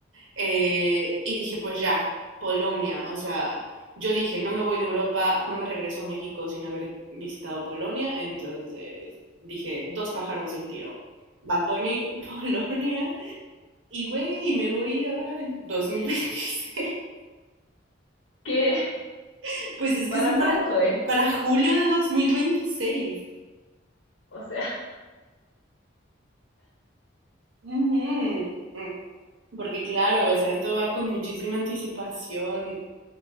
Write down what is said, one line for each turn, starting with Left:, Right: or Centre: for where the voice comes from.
Right: Eh, y dije, pues ya, Polonia. O sea, yo dije, no me voy de Europa, no me regreso a México sin haber visitado Polonia. Entonces dije, dos pájaros de un tiro. Bad Bunny, <laughs> Polonia. Y güey, me voy ahora en dos mil veintiséis
Left: ¿Qué?
Right: <laughs> Pues es
Left: ¿Para
Right: que son para,
Left: cuándo es?
Right: para julio de 2026.
Left: O sea,
Right: Ujú. mm, Porque claro, o
Left: <laughs>
Right: sea, esto va con muchísima anticipación.